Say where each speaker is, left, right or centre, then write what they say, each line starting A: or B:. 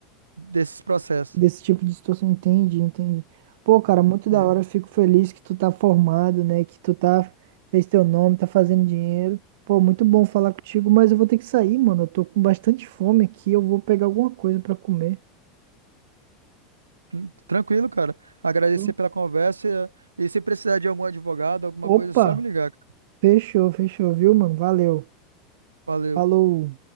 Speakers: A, on the right; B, on the right.
A: desses processos.
B: desse tipo de situação, entendi, entendi. Pô, cara, muito
A: entendeu?
B: da hora, eu fico feliz que tu tá formado, né? Que tu tá, fez teu nome, tá fazendo dinheiro. Pô, muito bom falar contigo, mas eu vou ter que sair, mano. Eu tô com bastante fome aqui, eu vou pegar alguma coisa pra comer.
A: Hum, Tranquilo, cara. Agradecer
B: viu?
A: pela conversa e se precisar de algum advogado, alguma coisa,
B: Opa,
A: é só me ligar. cara.
B: fechou, fechou, viu, mano? Valeu.
A: Valeu.
B: Falou.